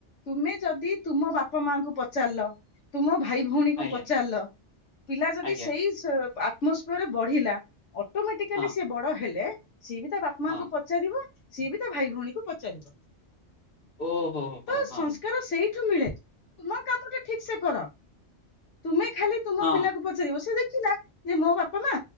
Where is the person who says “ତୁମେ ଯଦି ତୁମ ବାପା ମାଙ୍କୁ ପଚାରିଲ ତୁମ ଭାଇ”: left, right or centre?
Left